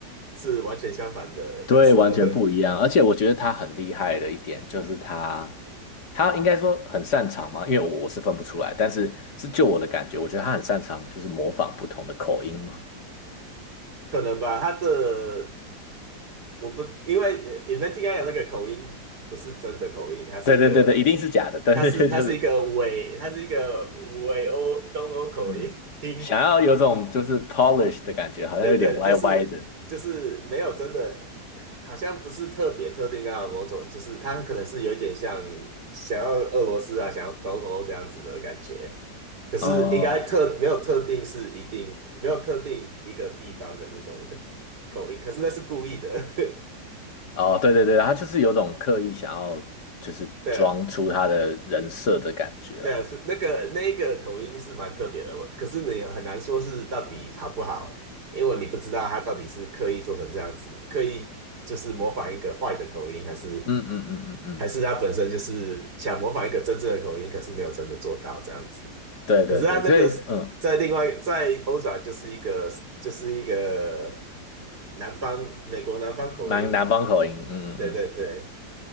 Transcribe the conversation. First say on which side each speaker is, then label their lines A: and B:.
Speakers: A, on the right; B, on the left.
A: 是完全相反的角色，
B: 对，完全不一样。而且我觉得他很厉害的一点就是他，他应该说很擅长嘛，因为我我是分不出来，但是是就我的感觉，我觉得他很擅长就是模仿不同的口音嘛。
A: <laughs> 可能吧？他的我不因为呃 Inventing Anna 那个口音不是真的口音，他是一个
B: 对对对对，一定是假的，<laughs> 但是就是
A: 他是他是一个伪他是一个伪欧东欧口音，
B: 嗯，
A: <laughs>
B: 想要有种就是 polish 的感觉，好像有点歪歪的。
A: 对对，就是就是没有真的，好像不是特别特定到某种，就是他可能是有一点像想要俄罗斯啊，想要东欧这样子的感觉。可是应该特没有特定是一定没有特定一个地方的那种
B: 哦
A: <laughs> 口音，可是那是故意的。<laughs>
B: 哦，对对对，他就是有种刻意想要就是装出他的人设的感觉啦。
A: 对啊对啊，是那个那一个口音是蛮特别的，我可是你很难说是到底好不好，因为你不知道他到底是刻意做成这样子，刻意就是模仿一个坏的口音，还是。
B: 嗯嗯嗯嗯嗯，
A: 还是他本身就是想模仿一个真正的口音，可是没有真的做到这样子。
B: 对对对，
A: 可是他那个
B: 所以嗯，
A: 在另外在欧洲啊就是一个就是一个南方美国南方口音嘛，
B: 蛮南方口音，嗯嗯嗯。
A: 对对对，